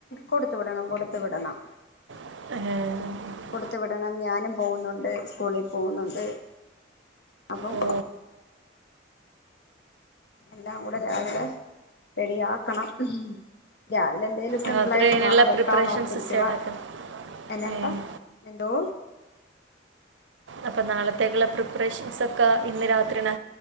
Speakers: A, on the left; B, on the right.
A: കൊടുത്തു വിടണം കൊടു കൊടുത്ത് വിടണം
B: ഹഹ
A: കൊടുത്ത വിടണം ഞാനും പോകുന്നുണ്ട് സ്കൂളിൽ പോകുന്നുണ്ട് അപ്പം
B: ഓ
A: എല്ലാം കൂടെ രാവിലെ റെഡിയ ആക്കണം രാവിലെ എന്തെിലും സിംമ്പിളായിട്ട്
B: രാത്രി അതിനുള്ള
A: നാളെ വെക്കാന്ന്
B: പ്രിപ്പറേഷൻസ്
A: ഓർത്തിരിക്കുക
B: സ്റ്റാർട്ടാക്കാം
A: എന്നെപ്പം
B: ഏ
A: എന്തോ
B: അപ്പൊ നാളത്തേക്കുള്ള പ്രിപ്പറേഷൻസ് ഒക്കെ ഇന്ന് രാത്രി തന്ന